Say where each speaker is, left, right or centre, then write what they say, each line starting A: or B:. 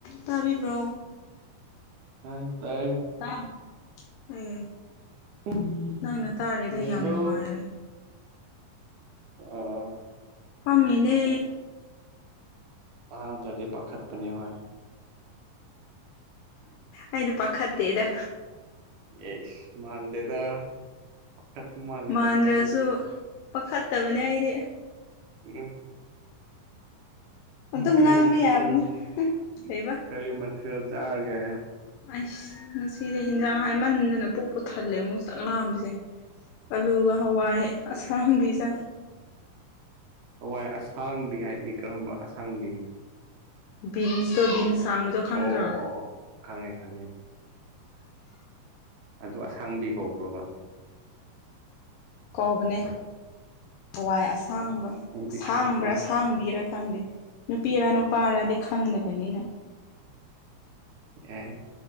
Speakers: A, on the left (about 80°); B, on the right (about 75°).
A: ꯇꯥꯕꯤꯕ꯭ꯔꯣ
B: ꯇꯥꯏ ꯇꯥꯏ
A: <unintelligible> ꯎꯝ
B: ꯎꯝ
A: ꯅꯪꯅ ꯇꯥꯔꯤꯗꯣ
B: ꯀꯩꯗꯧꯔꯤꯅꯣ
A: ꯌꯥꯝ ꯅꯨꯡꯉꯥꯏꯔꯦ
B: ꯑꯣ
A: ꯐꯝꯃꯤꯅꯦ
B: ꯇꯥꯗ꯭ꯔꯗꯤ ꯄꯥꯈꯠꯄꯅꯦ ꯍꯣꯏ
A: ꯑꯩꯗꯨ ꯄꯥꯈꯠꯇꯦꯗ
B: ꯏꯁ ꯃꯥꯟꯗꯦꯗ ꯄꯥꯈꯠꯄ ꯃꯥꯜꯂꯦꯗ
A: ꯃꯥꯟꯗ꯭ꯔꯁꯨ
B: ꯈꯔꯗꯤ
A: ꯄꯥꯈꯠꯇꯕꯅꯦ ꯑꯩꯗꯤ
B: ꯎꯝ
A: ꯑꯗꯨꯝ
B: ꯀꯔꯤ
A: ꯉꯥꯡꯕ
B: ꯃꯊꯦꯜ
A: ꯌꯥꯕꯅꯤ ꯀꯩꯕ
B: ꯀꯔꯤ ꯃꯊꯦꯜ ꯆꯥꯔꯒꯦ
A: ꯑꯩꯁ ꯅꯨꯡꯁꯤꯔꯦ ꯍꯦꯟꯖꯥꯡ ꯍꯥꯏꯃꯟꯗꯅ ꯄꯨꯛꯄꯨ ꯊꯜꯂꯦ ꯑꯃꯨꯛ ꯆꯥꯛ ꯂꯥꯝꯕꯁꯦ ꯑꯥꯜꯂꯨꯒ ꯍꯋꯥꯏ ꯑꯁꯥꯡꯕꯤꯖ
B: ꯍꯋꯥꯏ ꯑꯁꯥꯡꯕꯤ ꯍꯥꯏꯗꯤ ꯀꯔꯝꯕ ꯑꯁꯥꯡꯕꯤ
A: ꯕꯤꯟꯁ ꯇꯣ ꯕꯤꯟꯁ ꯁꯥꯡꯕꯗꯣ ꯈꯪꯗ꯭ꯔꯣ
B: ꯑꯣ ꯑꯣ ꯑꯣ ꯑꯣ ꯈꯪꯉꯦ ꯈꯪꯉꯦ ꯑꯗꯨ ꯑꯁꯥꯡꯕꯤ ꯀꯧꯕ꯭ꯔꯣꯕ
A: ꯀꯧꯕꯅꯦ ꯍꯋꯥꯏ ꯑꯁꯥꯡꯕ
B: ꯑꯣ ꯑꯩꯗꯤ
A: ꯑꯁꯥꯡꯕ꯭ꯔꯥ
B: ꯈꯪꯗꯦ
A: ꯑꯁꯥꯡꯕꯤꯔꯥ ꯈꯪꯗꯦ ꯅꯨꯄꯤꯔ ꯅꯨꯄꯥꯔꯗꯤ ꯈꯪꯗꯕꯅꯤꯅ
B: ꯑꯦ